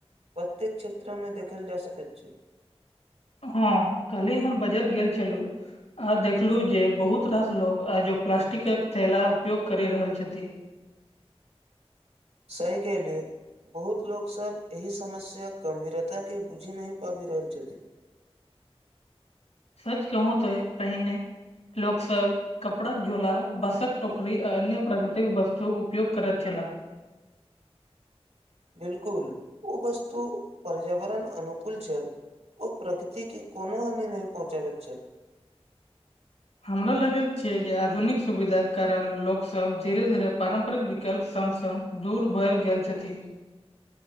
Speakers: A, on the right (about 85°); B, on the left (about 85°).
A: प्रत्येक क्षेत्र मे देखल जा सकैत छै
B: हँ काल्हि हम बजार गेल छलहुँ आ देखलू जे बहुत रास लोक आजो प्लास्टिकक थैला उपयोग करि रहल छथिन
A: सही कहलियै बहुत लोक सब एहि समस्याक गंभीरता के बुझि न पाबि रहल छथि
B: सच कहू तऽ पहिने लोक सब कपड़ाक झोला बांसक टोकरी आ अन्य प्राकृतिक वस्तु उपयोग करैत छला
A: बिलकुल ओ वस्तु पर्यावरण अनुकूल छल ओ प्रकृति के कोनो हानि नहि पहुँचाबैत छथि
B: हमरा लगैत छै जे आधुनिक सुविधाक कारण लोक सब धीरे धीरे पारम्परिक विकल्प सङ्ग सङ्ग दूर भेल गेल छथि